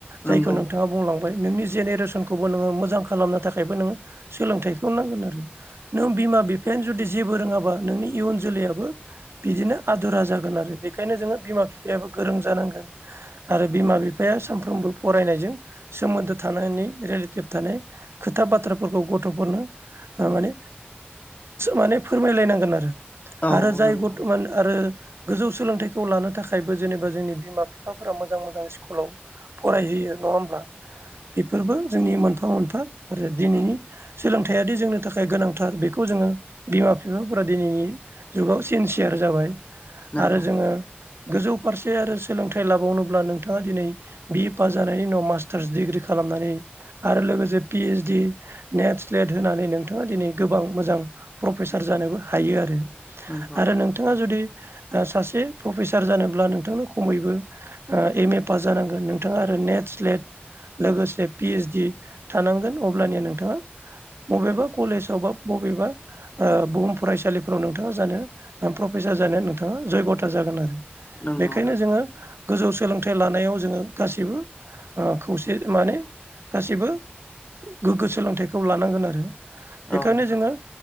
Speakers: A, on the left; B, on the right.
A: नंगौ
B: जायखौ नोंथाङा बुंलां फ्राय नोंनि जेनेरेसनखौबो नोङो मोजां खालामनो थाखायबो नोङो सोलोंथाइखौ नांगोन आरो नों बिमा-बिफायानो जुदि जेबो रोङाबा नोंनि इयुन जोलैयाबो बिदिनो आदुरा जागोन आरो बेखायनो जोङो बिमा-बिफायाबो गोरों जानांगोन। आरो बिमा-बिफाया सानफ्रोमबो फरायनायजों सोमोन्दो थानायनि रिलेटिभ थानाय खोथा बाथ्राफोरखौ गथ'फोरनो ओ माने माने फोरमायलायनांगोन आरो
A: औ
B: आरो जाय
A: नंगौ
B: बरथमान आरो गोजौ सोलोंथाइखौ लानो थाखायबो जेनेबा जोंनि बिमा-बिफाफोरा मोजां मोजां स्कुलाव फरायहोयो नङा होमब्ला बेफोरबो जोंनि मोनफा मोनफा आरो दिनैनि सोलोंथायादि जोंनि थाखाय गोनांथार बेखौ जोङो बिमा-बिफा फोरा दिनैनि जुगाव सिनसियार जाबाय
A: नंगौ
B: आरो जोङो गोजौ फारसे आरो सोलोंथाइ लाबावनोब्ला नोंथाङा दिनै बि ए पास जानायनि उनाव मास्टार्स डिग्रि खालामनानै आरो लोगोसे पिओस डि नेट स्लेट होनानै नोंथाङा दिनै गोबां मोजां प्रफेसार जानोबो हायो आरो
A: नंगौ
B: नों थाङा जुदि ओ सासे प्रफेसार जानोब्ला नोंथांनो खमैबो ओ एम ए पास जानांगोन नोंथाङा आरो नेट स्लेट लोगोसे पि ओइस डि थानांगोन अब्लानिया नोंथाङा बबेबा कलेजाव बा बबेबा बहुम फरायसालिफोराव नोंथाङा जानो प्रफेसार ओ जानायानो नोंथाङा जयग'था जागोन आरो
A: नंगौ
B: बेखायनो जोङो गोजौ सोलोंथाइ लानायाव जोङो गाैबो ओ खौसे माने गासैबो गोगो सोलोंथाइखौ लानांगोन आरो
A: औ
B: बेखायनो जोङो